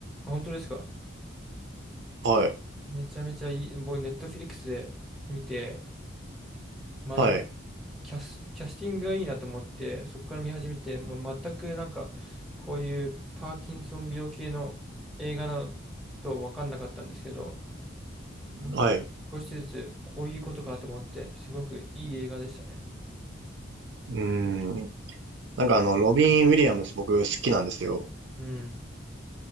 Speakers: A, in the centre; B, on the right (about 60°).
A: 本当ですか
B: はい。
A: めちゃめちゃいい。僕、ネットフリックスで見て、まあなんか
B: はい。
A: キャス、キャスティングがいいなと思って、そこから見始めて、もう全くなんか、こういうパーキンソン病系の映画なと分かんなかったんですけど、な少しずつこういうことかと思って、
B: はい。う
A: すごくいい映画でしたね。
B: ーん。なんかあの、ロビン・ウィリアムス僕好きなんですよ。
A: うん。